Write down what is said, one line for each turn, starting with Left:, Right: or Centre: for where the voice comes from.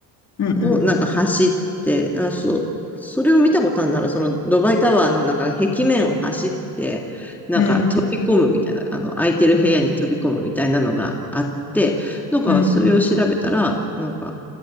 Left: うん、
Centre: をなんか走って、
Left: うん、
Centre: あ、そう、それを見たことあるなら、そのドバイタワーのなんか壁面を走って、なんか飛び込むみたいな、
Left: うん、
Centre: あの、空いてる部屋に飛び込むみたいなのがあって、なんかそれを調べたら、
Left: うん。
Centre: なんか